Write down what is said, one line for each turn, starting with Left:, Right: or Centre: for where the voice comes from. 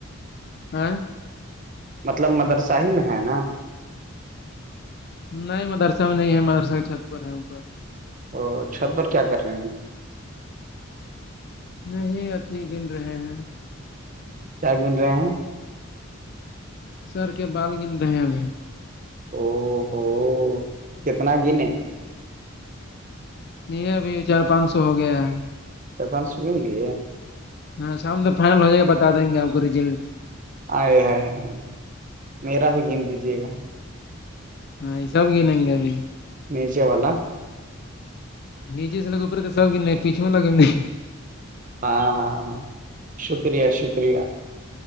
Left: <unintelligible>
Right: مطلب مدرسہ ہی میں ہے نا
Left: نہیں مدرسہ میں نہیں ہے مدرسہ کی چھت پر ہے اوپر
Right: او چھت پر کیا کر رہے ہیں
Left: یہی اتیھی گن رہے ہیں
Right: کیا گن رہے ہیں
Left: سر کے بال گن رہے ابھی
Right: او ہوو کتنا گنے
Left: یہ ابھی چار پانچ سو ہو گیا ہے
Right: پپان سکن لی
Left: ہاں شام تو فائنل ہو جائے گا بتا دیں گے آپ کو ریزلٹ
Right: آائے ہائے ہ میرا بھی گن دیجیے گا
Left: ہاں یہ سب گنیں گے ابھی
Right: نیچے والا
Left: می جس لگ اپرے تو سب گنے پچوے لگنے
Right: ہاں ہاں ہ ہاں شکریہ شکریہ